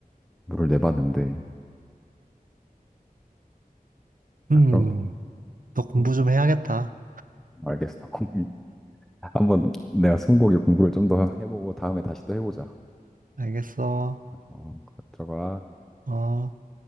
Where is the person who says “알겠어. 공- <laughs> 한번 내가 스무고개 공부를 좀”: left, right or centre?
Centre